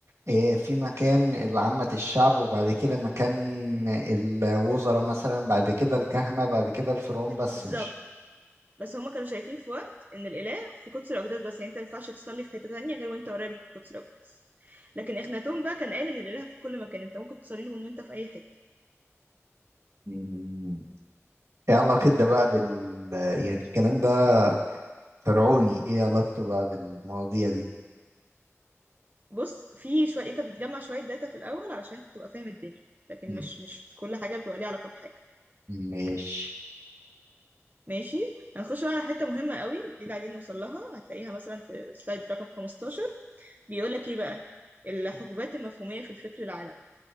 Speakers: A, on the right; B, on the right.
A: آه، في مكان العامة الشعب وبعد كده مكان الوزراء مثلا بعد كده الكهنة بعد كده الفرعون بس
B: بالظبط
A: مش
B: بس هما كانوا شايفين في وقت ان الاله في قدس الاقداس بس يعني انت ما ينفعش تصلي في حته تانية غير وانت قريب من قدس الاقداس لكن اخناتون بقى كان قال ان الاله في كل مكان انت ممكن تصلي له من وانت في اي حته
A: <laughs> مم. ايه علاقة ده
B: ده
A: بقى
B: حقيقي.
A: بال يعني الكلام ده فرعوني ايه علاقته بقى بالمواضيع دي
B: بص في شوية انت بتجمع شوية داتا في الأول علشان تبقى فاهم الدنيا لكن
A: مم.
B: مش مش كل حاجة بتبقى ليها علاقة بحاجة
A: ماشي
B: ماشي هنخش بقى على حتة مهمة قوي ودي اللي قاعدين نوصل لها هتلاقيها مثلا في سلايد رقم 15 بيقول لك ايه بقى الحقبات المفهومية في الفكر العالمي